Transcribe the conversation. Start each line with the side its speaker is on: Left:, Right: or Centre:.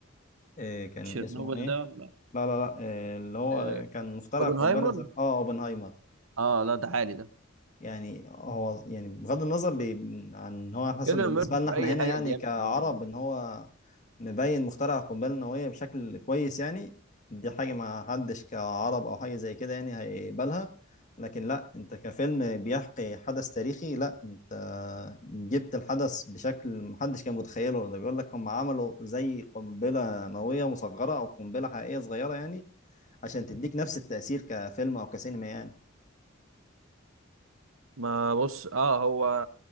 Left: إيه كان
Right: تشيرنوبل
Left: اسمه ايه
Right: ده لا.
Left: لا لا لا إيه اللي هو
Right: آه،
Left: كان مخترع
Right: اوبنهايمر
Left: القنبله الذريه اه اوبنهايمر
Right: اه لا ده عالي ده
Left: يعني هو يعني بغض النظر بي- عن ان هو مثلا
Right: كيليان
Left: بالنسبه
Right: ميرفي
Left: لنا
Right: في
Left: احنا
Right: اي
Left: هنا
Right: حاجه
Left: يعني
Right: جامد
Left: كعرب
Right: برضه
Left: ان هو مبين مخترع القنبله النوويه بشكل كويس يعني دي حاجه ما حدش كعرب او حاجه زي كده يعني هيقبلها لكن لا انت كفيلم بيحكي حدث تاريخي لا انت جبت الحدث بشكل محدش كان متخيله ده بيقول لك هم عملوا زي قنبله نوويه مصغره او قنبله حقيقيه صغيره يعني عشان تديك نفس التاثير كفيلم او كسينما يعني
Right: ما بص اه هو